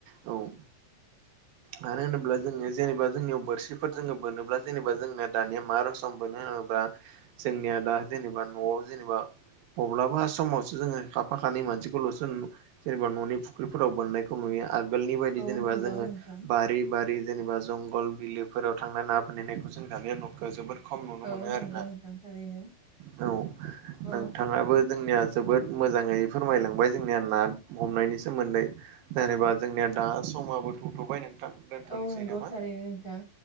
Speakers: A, on the right (about 90°); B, on the left (about 15°).
A: औ। मानो होनोब्ला जोङो जेनेबा जोंनियाव बोरसिफोर जोङो बोनोब्ला जेनेबा जोङो दानिया मा रसम मोनो होनोब्ला जोंनिया दा जेनेबा न'आव जेनेबा अब्लाबा समावसो जोङो खाफा खानै मानसिखौल'सो जेनेबा न'नि फुख्रिफोराव बोननायखौ नुयो। आगोलनि बायदि
B: औ
A: जेनेबा
B: नंगौ
A: जोङो
B: नोंथां
A: बारि बारि जेनेबा जंगल बिलोफोराव थांना ना बोनहैनायखौ जों दानिया न'खआ जोबोद खम नुनो
B: औ
A: मोनो
B: नंगौ
A: आरोना
B: नोंथां थारैनो
A: औ नोंथां
B: औ
A: थाङाबो जोबोद मोजाङै जोंनिया ना हमनायनि सोमोन्दै। जेनेबा जोंनिया दा समाबोथ'थ'बाय नोंथां। दोनथ'नोसै
B: औ नंगौ
A: नामा
B: थारैनो नोंथां